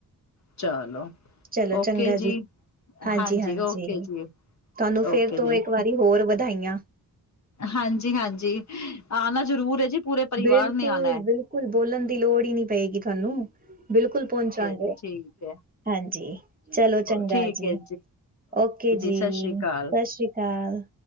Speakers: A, on the left; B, on the right.
A: ਚਾਅ ਲੋ
B: ਚਲੋ
A: ਓਕੇ
B: ਚੰਗਾ
A: ਜੀ ਈ
B: ਹਾਂਜੀ-ਹਾਂਜੀ
A: ਹਾਂਜੀ ਓਕੇ ਜੀ ਈ
B: ਤੁਹਾਨੂੰ ਫੇਰ
A: ਓਕੇ
B: ਤੋਂ
A: ਜੀ
B: ਇੱਕ ਵਾਰੀ
A: ਈ
B: ਹੋਰ ਵਧਾਈਆਂ।
A: ਹਾਂਜੀ ਹਾਂਜੀ ਆਣਾ ਜ਼ਰੂਰ ਐ ਜੀ ਪੂਰੇ ਪਰਿਵਾਰ
B: ਬਿਲਕੁਲ,
A: ਨੇ ਆਣਾ ਐ
B: ਬਿਲਕੁਲ ਬੋਲਣ ਦੀ ਲੋੜ ਹੀ ਨਹੀਂ ਪਏਗੀ ਤੁਹਾਨੂੰ ਬਿਲਕੁਲ ਪਹੁੰਚਾਗੇ
A: ਜੀ
B: ਏ
A: ਠੀਕ ਹੈ
B: ਹਾਂਜੀ ਈ ਚਲੋ ਚੰਗਾ
A: ਠੀਕ
B: ਜੀ
A: ਹੈ
B: ਈ ਓਕੇ ਜੀ
A: ਸਤਿ ਸ੍ਰੀ
B: ਈ
A: ਅਕਾਲ
B: ਸਸਰੀ ਕਾਲ